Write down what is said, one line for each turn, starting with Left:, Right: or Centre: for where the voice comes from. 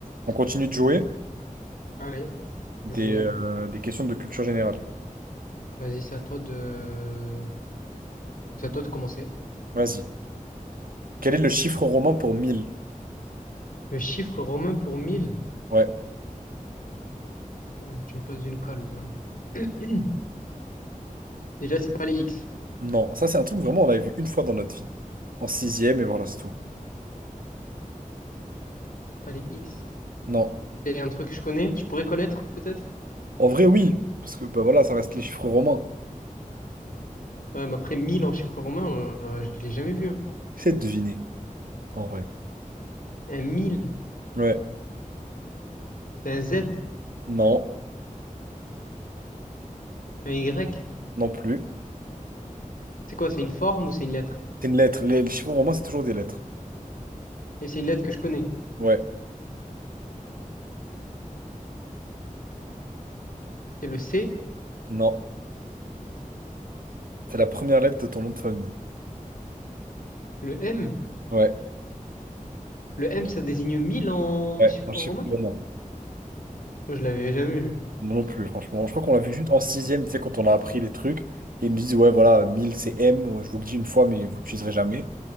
Right: On continue de jouer
Left: Allez,
Right: des,
Left: jouons.
Right: euh, des questions de culture générale.
Left: Vas-y, c'est à toi de... c'est à toi de commencer.
Right: Vas-y. Quel est le chiffre romain pour mille
Left: Le chiffre romain pour 1000.
Right: Ouais.
Left: Ah, tu me poses une colle là. <clears throat> Déjà, c'est pas les X.
Right: Non, ça c'est un truc vraiment on l'avait vu une fois dans notre vie. En sixième et voilà, c'est tout.
Left: Pas les X.
Right: Non.
Left: C'est un truc que je connais. Je pourrais connaître, peut-être.
Right: En vrai, oui. Parce que bah voilà, ça reste les chiffres romains.
Left: Ouais, mais après, 1000 en chiffre romain, euh, je l'ai jamais vu. hein.
Right: Essaye de deviner, en vrai.
Left: Un 1000,
Right: Ouais.
Left: c'est un Z,
Right: Non.
Left: un Y.
Right: Non plus.
Left: C'est quoi? C'est une forme ou c'est une lettre?
Right: C'est une lettre. Les, les chiffres romains, c'est toujours des lettres.
Left: Et c'est une lettre que je connais.
Right: Ouais.
Left: C'est le C,
Right: Non. C'est la première lettre de ton nom de famille.
Left: le M.
Right: Ouais.
Left: Le M, ça désigne 1000 en
Right: Ouais.
Left: chiffre
Right: En chiffre
Left: romain?
Right: romain.
Left: Moi, je l'avais jamais vu.
Right: Moi non plus, franchement. Je crois qu'on l'a vu juste en sixième, tu sais, quand on a appris les trucs. Et ils me disent, ouais, voilà, 1000 c'est M, ouais, je vous le dis une fois, mais vous l'utiliserez jamais.